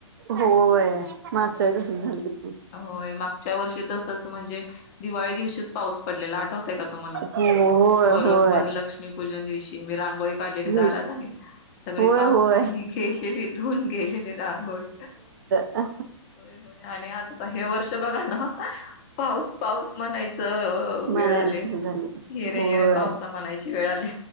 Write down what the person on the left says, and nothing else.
होय मागच्या वर्षी तसंच म्हणजे दिवाळी दिवशीच पाऊस पडलेला आठवतय का तुम्हाला?
बरोबर
लक्ष्मीपूजन दिवशी मी रांगोळी काढलेले
दारात आणि सगळी
पावसाने
गेलेले धुवून गेलेले रांगोळी.
होय होय आणि आज आता हे वर्ष बघा ना पाऊस पाऊस म्हणायचं ओ
वेळ आले.
येरे
येरे पावसा म्हणायची वेळ आली.